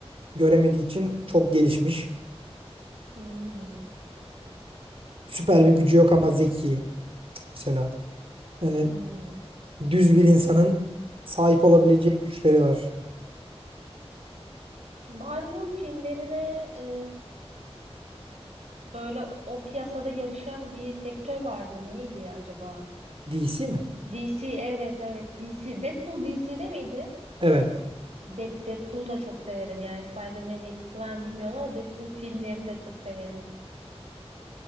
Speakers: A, on the right (about 60°); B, on the right (about 85°).
A: göremediği için çok gelişmiş.
B: Hmm,
A: Süper bir gücü yok ama zeki. mesela. Yani
B: hmm.
A: düz bir insanın sahip olabileceği güçleri var.
B: Marvel filmlerine e, böyle o piyasada yarışan bir sektör vardı. Neydi acaba?
A: DC mi?
B: DC evet evet DC. Deadpool DC'de miydi?
A: Evet.
B: Dead, Deadpool'u da çok severim. Yani Spider-Man'in etkisi var mı bilmiyorum ama Deadpool filmlerini de çok severim.